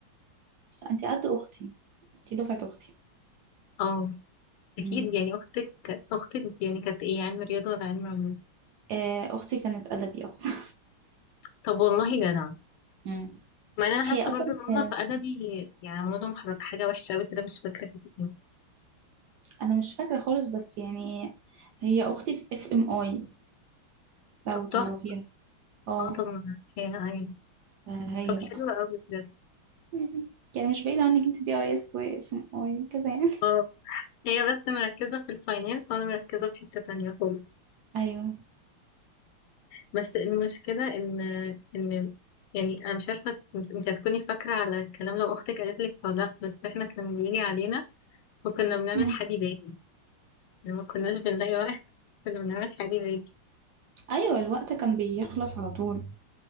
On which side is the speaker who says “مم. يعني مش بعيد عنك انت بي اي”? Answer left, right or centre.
Right